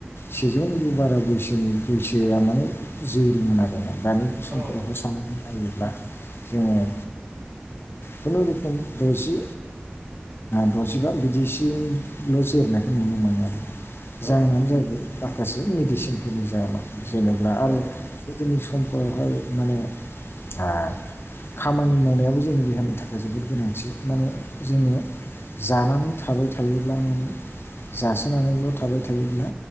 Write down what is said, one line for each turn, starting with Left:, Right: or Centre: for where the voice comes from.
Left: सेजौनिबो बारा बैसोनि बैसोआ माने जोरोमोन आर ना दानि बे समफोरफोरखौ
Right: औ
Left: सावनानै नायोब्ला जोङो खुनुरुखुम दजि दजिबा बिदिसल' जोरनायखौ नुनो मोनो आरो
Right: औ
Left: जाहोनानो
Right: नंगौ
Left: जाहैबाय
Right: नोंथां
Left: माखासे मेडिसिनफोरनि जाहोनाव जेनेब्ला आरो
Right: औ
Left: गोदोनि समफोरावहाय माने आ खामानि मावनायाबो जोंनि देहानि थाखाय जोबोद गोनांथि माने जोंङो जानानै थाबाय थायोब्ला माने जासोनानैल' थाबाय थायोब्ला